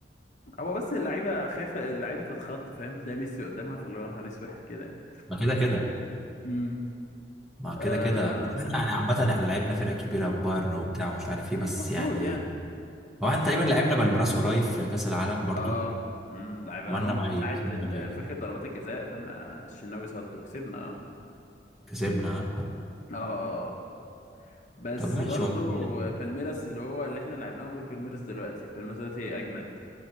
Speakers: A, on the left; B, in the centre.
A: هو بس اللعيبه خايفه اللعيبه تتخض فاهم تلاقي ميسي قدامها فاللي هو يا نهار اسود كده يعني
B: ما كده كده
A: امم
B: ما
A: آه
B: كده كده بس احنا يعني عامة احنا لعبنا فرق كبيرة بايرن وبتاع ومش عارف ايه بس
A: المفروض
B: يعني
A: يعني
B: هو احنا تقريبا لعبنا بالميراس قريب في كاس العالم برضو
A: اه امم لعيبه
B: عملنا
A: انا هم
B: معاه ايه
A: ساعه
B: كسبنا
A: ال-
B: باين
A: فاكر ضربات الجزاء لما الشناوي صد وكسبنا اه
B: كسبنا آه.
A: اه آه. بس
B: طب ماشي
A: برضو
B: والله يعني
A: بالميراس اللي هو اللي احنا لعبناه غير بالميراس دلوقتي بالميراس دلوقتي اجمد